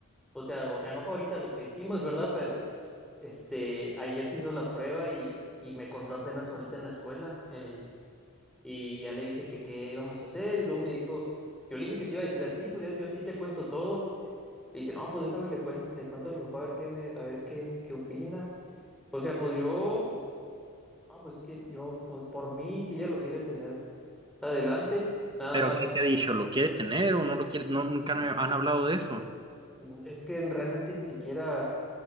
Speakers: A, in the centre; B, on the right (about 25°).
A: o sea, o sea, no fue ahorita lo que hicimos, <laughs> ¿verdad? Pero este, ayer se hizo la prueba y, y me contó apenas ahorita en la escuela. eh, Y ya le dije que qué íbamos a hacer y luego me dijo, yo le dije que te iba a decir a ti, pues ya yo a ti te cuento todo. Le dije, no, pues déjame le cuento, le cuento a mi papá a ver qué me, a ver qué, qué opina. O sea, pues yo, no, pues que yo, pues por mí, si ella lo quiere tener adelante, nada
B: Pero
A: más,
B: ¿qué te ha dicho? ¿Lo quiere tener o no lo quiere? No, nunca han han hablado de eso.
A: mm, es que realmente ni siquiera